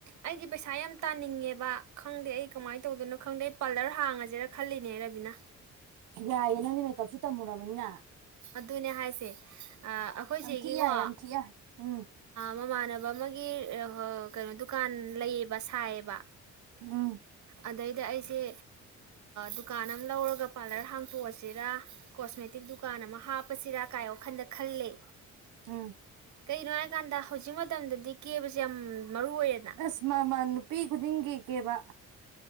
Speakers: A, on the right (about 70°); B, on the right (about 90°).
A: ꯑꯩꯗꯤ ꯄꯩꯁꯥ ꯁꯥ ꯌꯥꯝ ꯇꯥꯅꯤꯡꯉꯦꯕ ꯈꯪꯗꯦ ꯑꯩ ꯀꯃꯥꯏꯅ ꯇꯧꯗꯣꯏꯅꯣ ꯈꯪꯗꯦ ꯄꯂꯔ ꯍꯥꯡꯉꯁꯦ ꯖꯤꯔꯥ ꯈꯜꯂꯤꯅꯦ ꯔꯕꯤꯅꯥ
B: ꯌꯥꯏꯌꯦꯦ ꯅꯪꯗꯤ ꯃꯦꯀꯞꯁꯨ ꯇꯝꯃꯨꯔꯕꯅꯤꯅ
A: ꯑꯗꯨꯅꯦ ꯍꯥꯏꯁꯦ ꯑꯩꯈꯣꯏꯁꯤꯒꯤꯀꯣ
B: ꯌꯥꯝ ꯊꯤ ꯌꯥꯏ ꯌꯥꯝ ꯊꯤ ꯌꯥꯏ ꯎꯝ
A: ꯃꯃꯥꯟꯅꯕ ꯑꯃꯒꯤ ꯑꯩꯒꯤ ꯀꯩꯅꯣ ꯗꯨꯀꯥꯟ ꯂꯩꯌꯦꯕ ꯁꯥꯏꯌꯦꯕ
B: ꯎꯝ
A: ꯑꯗꯩꯗ ꯑꯩꯁꯦ ꯗꯨꯀꯥꯟ ꯑꯃ ꯂꯧꯔꯒ ꯄꯥꯔꯂꯔ ꯍꯥꯡꯇꯣꯛꯑꯁꯤꯔ ꯀꯣꯁꯃꯦꯇꯤꯛ ꯗꯨꯀꯥꯟ ꯗꯨꯀꯥꯟ ꯑꯃ ꯍꯥꯞꯄꯁꯤꯔꯥ ꯀꯥꯏ ꯋꯥꯈꯜꯗ ꯈꯜꯂꯦ
B: ꯎꯝ
A: ꯀꯩꯒꯤꯅꯣ ꯍꯥꯏꯀꯥꯟꯗ ꯍꯧꯖꯤꯛ ꯃꯇꯝꯗꯗꯤ ꯀꯦꯕꯁꯦ ꯌꯥꯝ ꯃꯔꯨ ꯑꯣꯏꯔꯦꯅ
B: ꯑꯁ ꯃꯥꯃ ꯅꯨꯄꯤ ꯈꯨꯗꯤꯡꯒꯤꯤ ꯀꯦꯕ